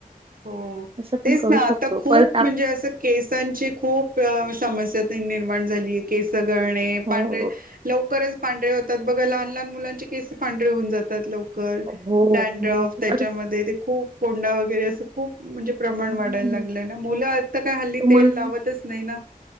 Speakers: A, on the right (about 70°); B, on the right (about 40°).
A: हो
B: असं पण
A: तेच
B: करू
A: ना
B: शकतो.
A: आता खूप
B: परत आप
A: म्हणजे असं केसांची खूप समस्या निर्माण झाली केसगणे
B: हो,
A: पांढरे लवकरच पांढरे होतात बघा लहान लहान मुलांचे केस पांढर होऊन जातात लोक
B: हो
A: डॅड्रफ
B: मग
A: त्याच्यामध्ये
B: आता
A: ते खूप कोंडा वगैरे अस म्हणजे प्रमाण
B: हं,
A: वाढायला लागलंय ना मुलं आता काय हल्ली
B: तुम्हाला
A: तेल लावतच नाही ना